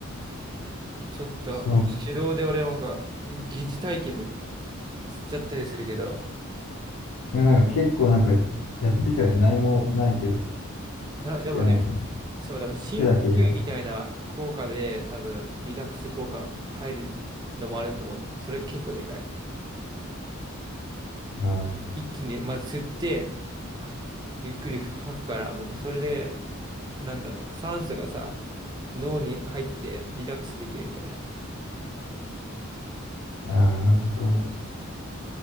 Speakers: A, on the right; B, on the left.
A: ちょっと、
B: そう。
A: あ手動で俺なんか、疑似体験で吸っちゃったりするけど、
B: いや、なんか結構なんかやってたよね。何もないけど、
A: だ、
B: 口は何
A: でもね、そう、だ、深呼吸みたいな効果で、
B: 手だけでやる。
A: 多分、リラックス効果入るのもあると思うんだよね。それが結構でかい。
B: あー
A: 一気に、まず吸って、くゆっくり吐くから、もう、それで、なんだろう、酸素がさ、脳に入ってリラックスできるみたいな。
B: あー、なんかもう